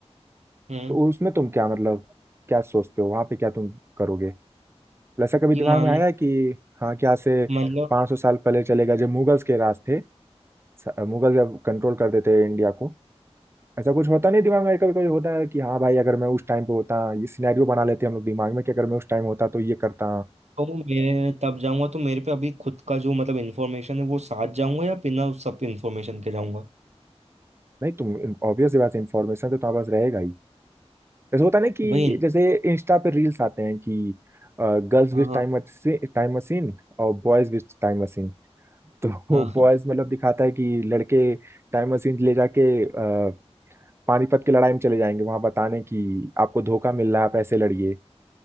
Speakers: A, on the right; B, on the right.
A: हम्म
B: तो उसमें तुम क्या मतलब क्या सोचते हो वहाँ पे क्या तुम करोगे ऐसा
A: कि
B: कभी दिमाग
A: मान
B: में आया है कि हाँ क्या से
A: मतलब
B: 500 साल पहले चले गए जब मुगल्स के राज थे स- मुगल जब कंट्रोल कर देते इंडिया को ऐसा कुछ होता नहीं दिमाग में कभी कभी होता है कि हाँ भाई अगर मैं उस टाइम पे होता ये सिनेरियो बना लेते हम लोग दिमाग में कि अगर मैं उस टाइम होता तो ये करता
A: तो मैं तब जाऊंगा तो मेरे पे अभी खुद का जो मतलब इन्फॉर्मेशन है वो साथ जाऊंगा या बिना उस सब इन्फॉर्मेशन के जाऊंगा
B: नहीं तुम ऑब्वियस बात है इन्फॉर्मेशन तो तुम्हारे पास रहेगा ही जैसे होता है ना कि
A: भाई
B: जैसे इंस्टा पे रील्स आते हैं कि girls
A: हाँ
B: with
A: हाँ
B: time time machine और बॉयज विथ टाइम मशीन तो
A: हाँ,
B: <laughs> बॉयज
A: हाँ,
B: मतलब दिखाता है कि लड़के टाइम मशीन ले जाके अ, पानीपत की लड़ाई में चले जाएंगे वहां बताने कि आपको धोखा मिल रहा है आप ऐसे लड़िए